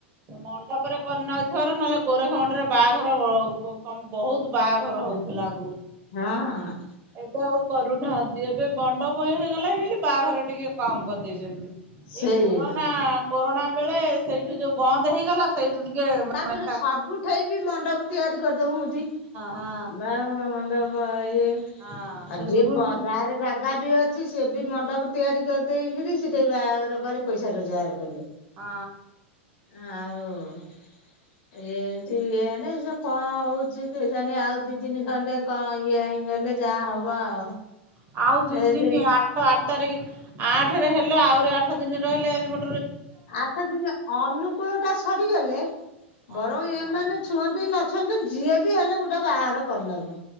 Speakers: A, on the right; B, on the left.
A: ମଣ୍ଡପରେ କରି ନଉ ଥର ନହେଲେ ଗୋରଖ ମଟରେ ବାହାଘର ବହୁତ ବାହାଘର
B: ହଁ
A: ହଉଥିଲା ଆଗରୁ
B: ହଁ
A: ଏବେ ଆଉ କରୁନାହାନ୍ତି। ଏବେ ବଣ୍ଡପ ହେଇଗଲା ବୋଲି ବାହାଘର ଟିକେ କମ୍ କରିଦେଇଚନ୍ତି
B: ସେଇଆ
A: ଏଇ କୋରୋନା କରୋନା ବେଳେ ସେଇଠି ଯୋଉ ବନ୍ଦ ହେଇଗଲା। ସେଇଠୁ ଟିକେ ମାନେ
B: ତାପରେ
A: ହଁ
B: ସବୁଠାଇ ବି ମଣ୍ଡପ ତିଆରି। କରିଦଉଚନ୍ତି
A: ହଁ
B: ବାହାଘର ମଣ୍ଡପ। ଏ ଆଉ
A: ହଁ ସେ
B: ଯିଏ
A: ଯୋଗୁ
B: ପଦା ଗାଁ ରେ ଜା ଗା ବି ଅଛି ସିଏ ବି ମଣ୍ଡପ ତିଆରି କରିଦେଇକରି ସେଠି ବାଘର କରି ପଇସା ରୋଜଗାର କଲେ।
A: ହଁ।
B: ହଉ। ଏମତି ଇଏ ନାଇ ସେ କଣ ହଉଚି କେଜାଣେ ଆଉ ଦି ଦିନି ଖଣ୍ଡେ କଣ ଇଏ ହେଇଁଗଲେ ଯାହା ହବ
A: ହଁ
B: ଆଉ।
A: ଆଉ ଦିଇ
B: ଏ
A: ଦିନ
B: ସେ
A: ଆଠ ଆଠ ତାରିଖ ଆଠରେ ହେଲା ଆହୁରି ଆଠ ଦିନ ରହିଲେ ଆଜି ଗୋଟେ
B: ଆଠ ଦିନ ଅନୁକୂଳ ଟା ସରିଗଲେ
A: ହଁ
B: ବରଂ ଏମାନେ
A: ହଁ
B: ଛୁଅନ୍ତି ନ ଅଛନ୍ତୁ ଯିଏ ବି ହେଲେ ଗୋଟେ ବାହାଘର କରିଦବ